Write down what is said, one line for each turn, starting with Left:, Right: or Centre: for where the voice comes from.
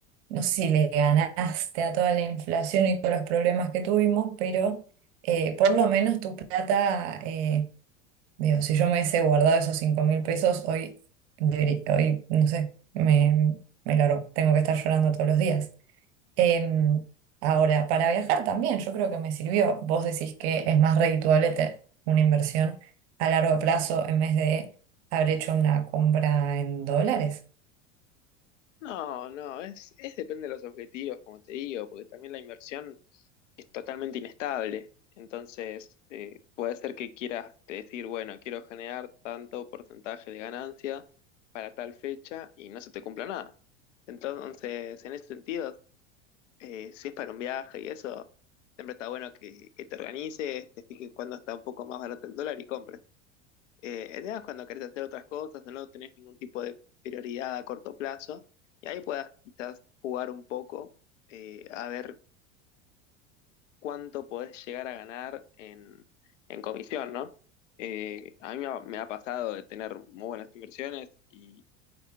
Right: no sé si le ganaste a toda la inflación y todos los problemas que tuvimos, pero eh, por lo menos tu plata... eh, Digo, si yo me hubiese guardado esos cinco mil pesos, hoy, deberí- hoy, no sé, me, me largo. Tengo que estar llorando todos los días. Em, ahora, para viajar también, yo creo que me sirvió. Vos decís que es más redituable te- una inversión a largo plazo en vez de haber hecho una compra en dólares.
Left: No, no, es, es depende de los objetivos, como te digo, porque también la inversión es totalmente inestable. Entonces, eh, puede ser que quieras decir, bueno, quiero generar tanto porcentaje de ganancia para tal fecha y no se te cumpla nada. Entonces, en ese sentido, eh, si es para un viaje y eso, siempre está bueno que, que te organices, te fijes cuándo está un poco más barato el dólar y compres. Eh, el tema es cuando querés hacer otras cosas o no tenés ningún tipo de prioridad a corto plazo y ahí puedas quizás jugar un poco eh, a ver cuánto podés llegar a ganar en, en comisión, ¿no? Eh, a mí me ha, me ha pasado de tener muy buenas inversiones y